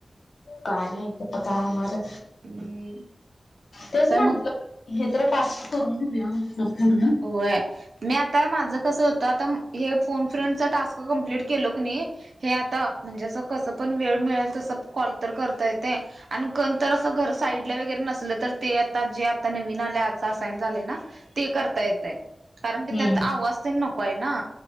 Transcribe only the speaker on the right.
हम्म आणि
काय
मग
व्हय. म्या आता माझं कसं होत. आता हे फोन फ्रेंड चा टास्क कमप्लीट केलो कणी. हे आता. म्हणजे कसं पण वेळ मिळेल तस कॉल तर करता येतेय. आणि कोणतर असं घर साईडला वगैरे नसल तर. ते आता जे नवीन आल्या आता असाईन झाले ना. ते करता येतय. कारण की
त्यात आवाज ते नकोय ना.